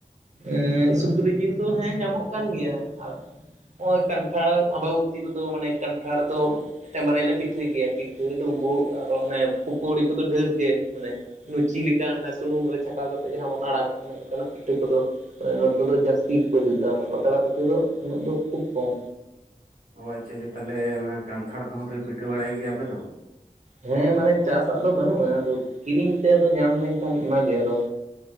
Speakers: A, on the right (about 55°); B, on the right (about 75°).
A: ᱮᱸ ᱥᱩᱠᱨᱤ ᱡᱤᱞ ᱫᱚ ᱦᱮᱸ ᱧᱟᱢᱚᱜ ᱠᱟᱱ ᱜᱮᱭᱟ, ᱟᱨ ᱱᱚᱸᱜᱼᱚᱭ ᱠᱟᱱᱴᱷᱟᱲ ᱟᱸᱵᱟᱵᱚᱛᱤ ᱨᱮᱫᱚ ᱢᱟᱱᱮ ᱠᱟᱱᱴᱷᱟᱲ ᱫᱚ ᱢᱤᱫᱴᱮᱱ ᱵᱟᱨᱭᱟᱞᱮ ᱯᱤᱴᱷᱟᱹᱭ ᱜᱮᱭᱟ ᱯᱤᱴᱷᱟᱹ ᱰᱩᱸᱵᱩᱜ ᱟᱨ ᱚᱱᱮ ᱯᱳᱠᱳᱲᱤ ᱠᱚᱫᱚ ᱰᱷᱮᱨ ᱜᱮ ᱢᱟᱱᱮ ᱞᱩᱪᱤ ᱞᱮᱠᱟ ᱚᱱᱟ ᱥᱩᱱᱩᱢ ᱨᱮ ᱪᱷᱟᱠᱟᱣ ᱠᱟᱛᱮᱫ ᱡᱟᱦᱟᱸ ᱵᱚᱱ ᱟᱲᱟᱜᱽ ᱫᱚ ᱚᱱᱮ ᱚᱱᱠᱟᱱᱟᱜ ᱯᱤᱴᱷᱟᱹ ᱠᱚᱫᱚ ᱱᱚᱛᱮ ᱫᱚ ᱡᱟᱹᱥᱛᱤ ᱜᱮᱠᱚ ᱡᱩᱛᱟ ᱚᱱᱮ ᱯᱟᱛᱲᱟ ᱯᱤᱴᱷᱟᱹ ᱫᱚ ᱩᱱᱟᱹᱜ ᱫᱚ ᱠᱷᱩᱵ ᱠᱚᱢ᱾
B: ᱚ ᱟᱪᱪᱷᱟ ᱟᱪᱪᱷᱟ ᱛᱟᱦᱚᱞᱮ ᱚᱱᱟ ᱠᱟᱱᱛᱷᱟᱲ ᱠᱚᱦᱚᱸ ᱯᱮ ᱯᱤᱴᱷᱟᱹ ᱵᱟᱲᱟᱭ ᱜᱮᱭᱟ ᱟᱯᱮ ᱫᱚ?
A: ᱦᱮᱸ ᱢᱟᱱᱮ ᱪᱟᱥᱟᱜ ᱫᱚ ᱵᱟᱱᱩᱜᱼᱟ ᱟᱫᱚ ᱠᱤᱨᱤᱧ ᱛᱮ ᱟᱫᱚ ᱧᱟᱢ ᱞᱮᱱᱠᱷᱟᱱ ᱚᱱᱟᱜᱮ ᱟᱫᱚ